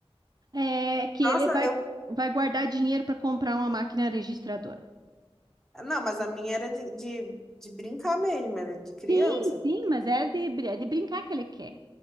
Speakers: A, on the right; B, in the centre.
A: É que
B: Nossa,
A: ele vai,
B: eu.
A: vai guardar dinheiro para comprar uma máquina registradora.
B: Não, mas a minha era de, de, de brincar mesmo, era de criança.
A: Sim, sim, mas é de, br- é de brincar que ele quer.